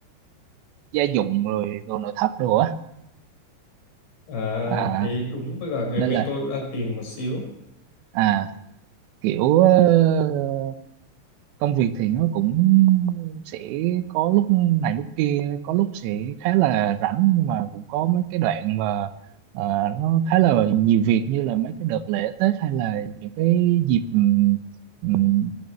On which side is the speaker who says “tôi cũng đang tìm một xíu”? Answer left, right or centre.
Left